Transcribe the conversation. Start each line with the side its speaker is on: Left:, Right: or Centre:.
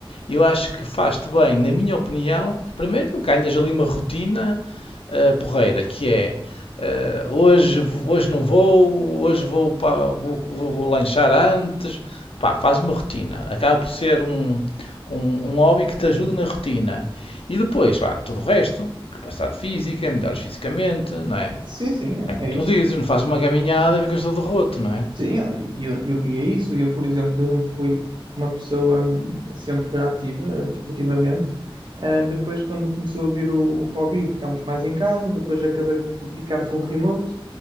Left: eu acho que faz-te bem, na minha opinião. Primeiro, ganhas ali uma rotina eh, porreira, que é eh, hoje, hoje não vou, hoje vou, pa- vou, vou, vou lanchar antes. Pá, faz uma rotina. Acaba por ser um, um, um hobby que te ajuda na rotina. E depois, pá, tudo o resto, capacidade física, melhoras fisicamente, não é?
Right: Sim, sim, é
Left: É como
Right: é
Left: tu
Right: isso.
Left: dizes, não fazes uma gaminhada e ficas todo roto, não é?
Right: Sim, ah, e eu, eu via isso. Eu, por exemplo, eu sempre fui uma pessoa hum, sempre ativa, desportivamente. Ah, depois, quando começou a vir o, o Covid, ficámos mais em casa. Depois acabei por ficar full remote.